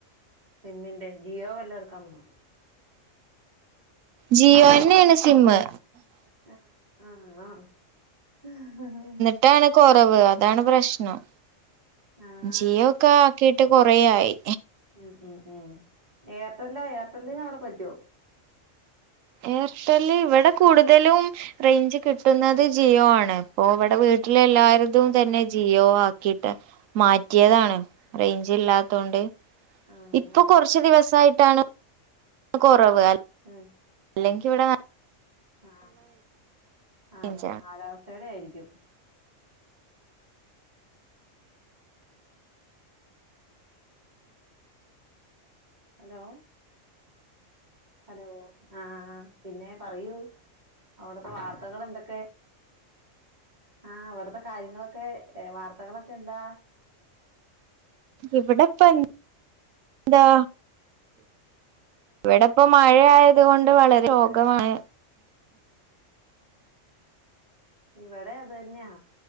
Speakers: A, on the right (about 35°); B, on the right (about 85°).
A: സിമ്മിന്റെ ജിയോ വല്ലോ എടുക്കാൻ പ
B: ജിയോയന്നെയാണ് സിമ്മ്
A: ആഹ് ആഹ് ആ
B: ട്ടാണ് കുറവ് അതാണ് പ്രശ്നം
A: ആഹ്
B: ജിയോ ഒക്കെ ആക്കി ട്ട് കുറേയായി
A: ഉം ഉം ഉം എയർട്ടെല്ല് എയർടെല്ലിന് അവിടെ പറ്റോ
B: എയർട്ടല്ല് ഇവിടെ കൂടുതലും റെയിഞ്ച് കിട്ടുന്നത് ജിയോ ആണ് ഇപ്പൊ ഇവിടെ വീട്ടിലെ എല്ലാവരുതും തന്നെ ജിയോ ആക്കിയിട്ട് മാറ്റിയതാണ് റെയിഞ്ച് ഇല്ലാത്തതോണ്ട്
A: ആഹ് ഉവ്വ
B: ഇപ്പൊ
A: ഉവ്വ
B: കുറച്ച് ദിവസായിട്ടാണ് കൊറവ് അ-
A: ഉം
B: അല്ലെങ്കി ഇവിടെ ന
A: ആഹ് ആഹ്
B: റേഞ്ചാണ്
A: ആന്നോ കാലാവസ്ഥേടെ ആയിരിക്കും ഹലോ ഹലോ ആഹ് പിന്നെ പറയൂ അവടുത്തെ വാർത്തകൾ എന്തൊക്കെ ആഹ് അവിടത്തെ കാര്യങ്ങളൊക്കെ വാർത്തകളൊക്കെ എന്താ
B: ഇവിടെപ്പെ ന്താ ഇവിടിപ്പോ മഴ ആയത് കൊണ്ട് വളരെ ശോഗമാണ്
A: ഇവിടെം അതന്നെയാ